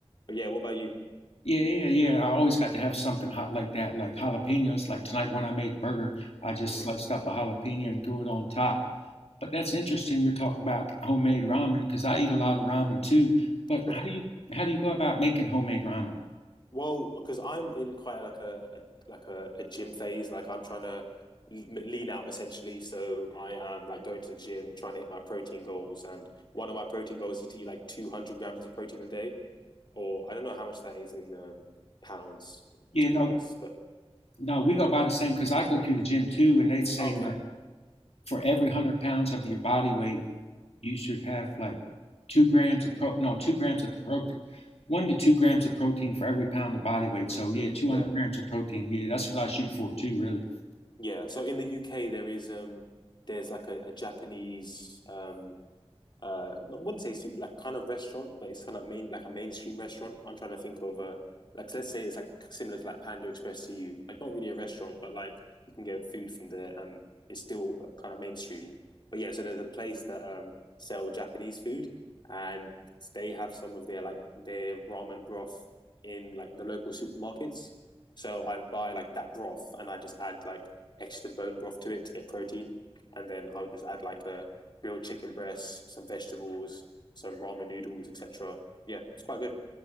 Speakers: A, on the left; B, on the left.
A: yeah, what about you?
B: Yeah, yeah, yeah. I always got to have something hot like that, like jalapenos. Like tonight when I made burger, I just
A: Mhm.
B: sliced up a jalapeno and threw it on top. But that's interesting you're talking about homemade ramen because I eat a lot of ramen too. But
A: <laughs>
B: how do you how do you go about making homemade ramen?
A: Well, because I'm in quite like a, a like a, a gym phase. Like I'm trying to l- lean out essentially. So I am like going to the gym, trying to hit my protein goals. And one of my protein goals is to eat like 200 grams of protein a day, or I don't know how much that is in um, pounds,
B: Yeah,
A: to be
B: no,
A: honest. But
B: no, we go by the same because I go to the gym too, and they say
A: okay,
B: like for every hundred pounds of your body weight, you should have like two grams of pro no two grams of protein one to two grams of protein for every pound of body weight so yeah 200
A: yeah,
B: grams of protein yeah that's what i shoot for too really
A: yeah. So in the UK, there is um, there's like a, a Japanese um uh I wouldn't say super like kind of restaurant, but it's kind of main like a mainstream restaurant. I'm trying to think of a like let's say it's like similar to like Panda Express to you. Like not really a restaurant, but like you can get food from there and it's still kind of mainstream. But yeah, so there's a place that um sell Japanese food and they have some of their like their ramen broth in like the local supermarkets. So I buy like that broth and I just add like extra bone broth to it to get protein. And then I would just add like a grilled chicken breasts, some vegetables, some ramen noodles, etc. Yeah, it's quite good.